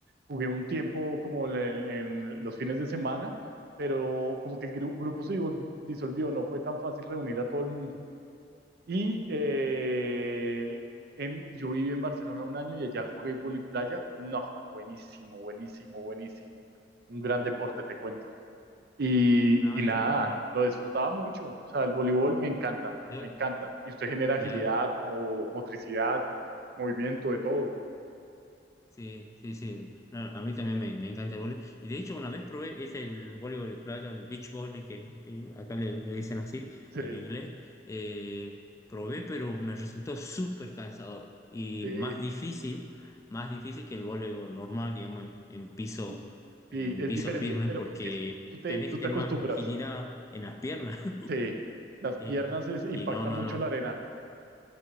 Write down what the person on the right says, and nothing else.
jugué un tiempo como en, en los fines de semana, pero como que el gru- grupo se divol- disolvió, no fue tan fácil reunir a todo el mundo. Y eh, en, yo viví en Barcelona un año y allá jugué playa. No, buenísimo, buenísimo, buenísimo. Un gran deporte, te cuento. Y,
y nada,
lo disfrutaba mucho. O sea, el voleibol me encanta,
me encanta. Y usted genera
agilidad, como motricidad, movimiento, de todo.
Sí,
sí,
sí,
sí, es
diferente,
pero
es, tú te,
tú
te acostumbras.
Sí, las
piernas es, impacta
mucho
la arena.